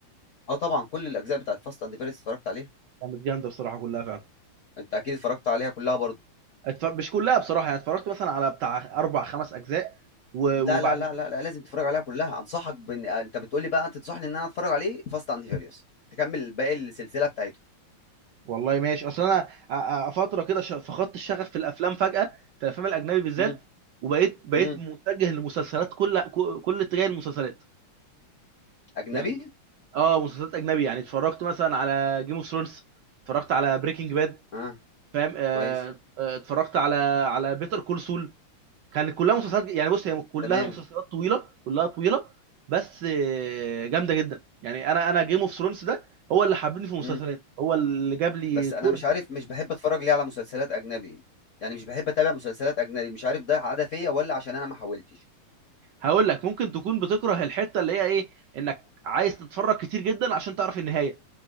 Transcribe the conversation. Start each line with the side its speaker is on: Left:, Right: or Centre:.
Left: اه طبعا كل الاجزاء بتاعت فاست اند فيرس اتفرجت عليها
Right: كانت جامده بصراحه كلها فعلا
Left: انت اكيد اتفرجت عليها كلها برضو
Right: اتف... مش كلها بصراحه يعني اتفرجت مثلا على بتاع اربع خمس اجزاء و...
Left: لا
Right: وبعد
Left: لا لا
Right: كده
Left: لا, لا لازم تتفرج عليها كلها انصحك بان آه، انت بتقولي بقى انت تنصحني ان انا اتفرج عليه فاست اند فيريوس تكمل باقي السلسله بتاعته
Right: والله ماشي اصل انا أ- أ- فتره كده ش- فقدت الشغف في الافلام فجاه في الافلام الاجنبي بالذات
Left: امم
Right: وبقيت بقيت
Left: امم
Right: متجه للمسلسلات كل ك- كل اتجاه المسلسلات
Left: اجنبي
Right: يعني اه مسلسلات اجنبي يعني اتفرجت مثلا على جيم اوف ثرونز اتفرجت على بريكنج باد
Left: اه
Right: فاهم آه،
Left: كويس
Right: آه، اتفرجت على على بيتر كول سول كانت كلها مسلسلات يعني بص هي كلها
Left: تمام
Right: مسلسلات طويله كلها طويله بس آه، جامده جدا يعني انا انا جيم اوف ثرونز ده هو اللي حببني في المسلسلات
Left: مم.
Right: هو اللي جاب لي
Left: بس
Right: كره
Left: انا مش عارف مش بحب اتفرج ليه على مسلسلات اجنبي يعني مش بحب اتابع مسلسلات اجنبي مش عارف ده عاده فيا ولا عشان انا ما حاولتش
Right: هقول لك ممكن تكون بتكره الحته اللي هي ايه انك عايز تتفرج كتير جدا عشان تعرف النهايه